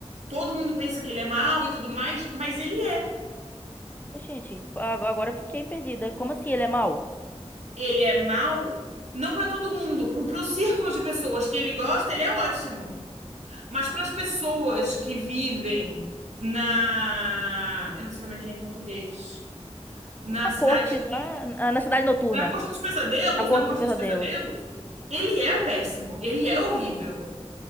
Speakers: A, on the right (about 80°); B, on the left (about 15°).
A: todo mundo pensa que ele é mau e tudo mais, mas ele é.
B: Ô, Gente, ag- agora eu fiquei perdida. Como assim ele é mau?
A: Ele é mau, não para todo mundo, pro, pro círculo de pessoas que ele gosta, ele é ótimo. Mas para as pessoas que vivem na. Eu não sei como é que é em português. Na
B: Na
A: cidade
B: corte,
A: que
B: lá, na, na cidade noturna,
A: Na Corte dos Pesadelos,
B: na corte
A: na Corte
B: dos pesadelos.
A: dos Pesadelos, ele é o péssimo, ele é horrível.